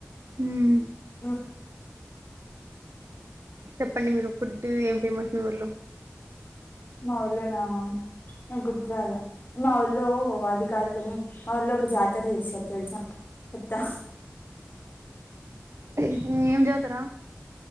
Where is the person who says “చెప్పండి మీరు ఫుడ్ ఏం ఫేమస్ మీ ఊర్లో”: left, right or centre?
Right